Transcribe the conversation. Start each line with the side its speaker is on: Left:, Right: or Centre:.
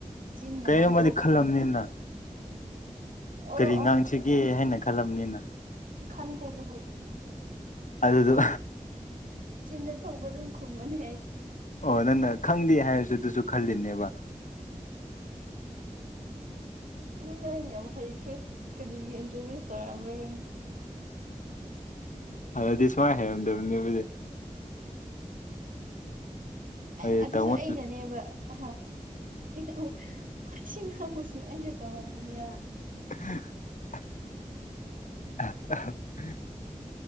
Right: ꯆꯤꯟꯅ
Left: ꯀꯔꯤꯝꯃꯗꯤ
Right: ꯉꯥꯡꯊꯣꯛ
Left: ꯈꯜꯂꯝꯅꯤꯅ
Right: ꯑꯣ
Left: ꯀꯔꯤ
Right: ꯑꯣ
Left: ꯉꯥꯡꯁꯤꯒꯦ ꯍꯥꯏꯅ ꯈꯜꯂꯝꯅꯤꯅ
Right: ꯈꯟꯗꯦ ꯑꯗꯨꯗꯤ
Left: ꯑꯗꯨꯗꯣ
Right: ꯆꯤꯟꯗ ꯊꯧꯕ ꯑꯗꯨꯝ ꯈꯨꯝꯉ ꯃ
Left: ꯑꯣ ꯅꯪꯅ ꯈꯪꯗꯦ ꯍꯥꯏꯔꯁꯨ ꯑꯗꯨꯁꯨ ꯈꯜꯂꯤꯅꯦꯕ
Right: ꯅꯪ ꯌꯥꯝ ꯍꯩꯈ꯭ꯔꯦ ꯀꯔꯤꯒꯤ ꯏꯟꯇ꯭ꯔꯣꯗ꯭ꯌꯨꯁ ꯇꯧꯔꯛꯑꯝꯕ꯭ꯔꯥ
Left: ꯑꯗꯨꯗꯤ ꯁꯨꯃꯥꯏꯅ ꯍꯥꯏꯔꯝꯗꯕꯅꯦꯕꯁꯦ
Right: ꯑꯦ
Left: ꯍꯥꯏꯗꯤ
Right: ꯑꯗꯨꯁꯨ
Left: ꯇꯥꯃꯣ
Right: ꯑꯩꯅꯅꯦꯕ ꯑ ꯑꯃꯨ ꯏꯁꯤꯡ ꯍꯥꯡꯕꯁꯨ ꯑꯩꯅ ꯇꯝꯃꯕꯅꯦ
Left: <inaudible> <inaudible>